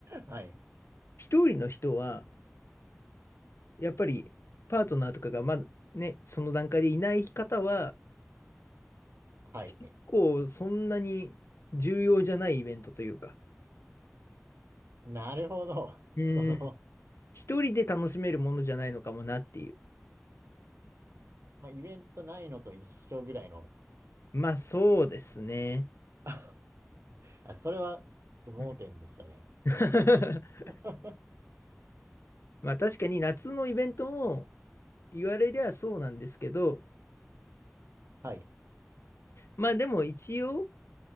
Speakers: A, on the right; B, on the left.
A: はい。
B: 一人の人は、やっぱりパートナーとかがまだね、その段階でいない方は、
A: はい。
B: 結構そんなに重要じゃないイベントというか、
A: なるほど。
B: うん、
A: <laughs> その、
B: 一人で楽しめるものじゃないのかもなっていう。
A: まあ、イベントないのと一緒ぐらいの。
B: まあそうですね。
A: <laughs> あ、それは、ちょっと盲点でしたね。
B: うん <laughs>
A: <laughs>
B: まあ確かに夏のイベントも言われりゃそうなんですけど、
A: はい。
B: まあでも一応、